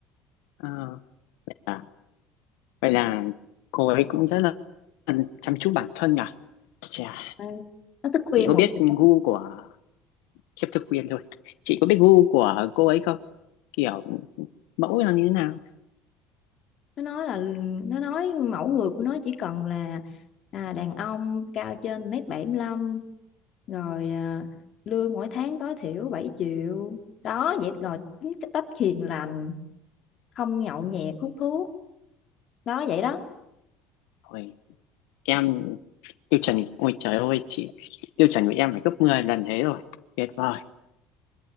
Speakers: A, on the left; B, on the left.
A: Ờ, à, vậy là cô ấy cũng rất là chăm chút bản thân nhỉ Chà,
B: Ừ. nó thức khuya
A: chị
B: một
A: có biết
B: giờ
A: gu
B: sáng
A: của khiếp thực quyền thôi chị có biết gu của cô ấy không kiểu mẫu là như thế nào
B: nó nói là nó nói mẫu người của nó chỉ cần là à, đàn ông cao trên mét bảy mươi lăm rồi à, lương mỗi tháng tối thiểu 7 triệu đó vậy rồi tính cái cách hiền lành không nhậu nhẹt hút thuốc đó vậy đó
A: ôi em tiêu chuẩn ôi trời ơi chị tiêu chuẩn của em phải gấp 10 lần thế rồi tuyệt vời